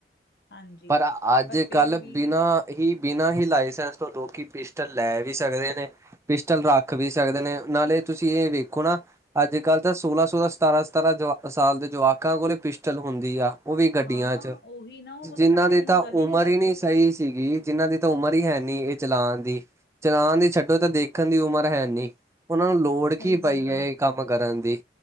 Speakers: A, on the left; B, on the right.
A: ਹਾਂਜੀ
B: ਪਰ ਅੱਜ
A: ਪਰ ਫੇਰ
B: ਕੱਲ
A: ਵੀ
B: ਬਿਨਾਂ ਏਹੀ ਬਿਨਾ ਹੀ ਲਾਇਸੈਂਸ ਤੋਂ ਲੋਕੀ ਪਿਸਟਲ ਲੈ ਵੀ ਸਕਦੇ ਨੇ। ਪਿਸਟਲ ਰੱਖ ਵੀ ਸਕਦੇ ਨੇ ਨਾਲੇ ਤੁਸੀਂ ਇਹ ਵੇਖੋ ਨਾ ਅੱਜ ਕੱਲ੍ਹ ਤਾਂ ਸੋਲਾਂ-ਸੋਲਾਂ ਸਤਾਰਾਂ-ਸਤਾਰਾਂ ਜਵਾ ਸਾਲ ਦੇ ਜਵਾਕਾਂ ਕੋਲੇ ਪਿਸਟਲ ਹੁੰਦੀ ਆ। ਉਹ ਵੀ ਗੱਡੀਆਂ
A: ਹਾਂ
B: 'ਚ,
A: ਉਹੀ ਨਾ ਉਹ
B: ਜਿਨ੍ਹਾਂ
A: ਤਾਂ ਕੱਟੇ
B: ਦੀ
A: ਬਿਨਾਂ
B: ਤਾਂ
A: ਗੱਲ
B: ਉਮਰ
A: ਕਰਦੇ
B: ਹੀ ਨਹੀਂ ਸਹੀ ਹੀਗੀ ਜਿਹਨਾਂ ਦੀ ਤਾਂ ਉਮਰ ਹੀ ਹੈ ਨੀ ਇਹ ਚਲਾਨ ਦੀ ਚਲਾਨ ਦੀ ਛੱਡੋ ਤਾਂ ਦੇਖਨ ਦੀ ਉਮਰ ਹੈ ਨੀ, ਉਹਨਾਂ ਨੂੰ ਲੋੜ
A: ਸਹੀ
B: ਕੀ
A: ਗੱਲ
B: ਪਈ ਹੈ
A: ਆ
B: ਏ ਕੰਮ ਕਰਨ ਦੀ।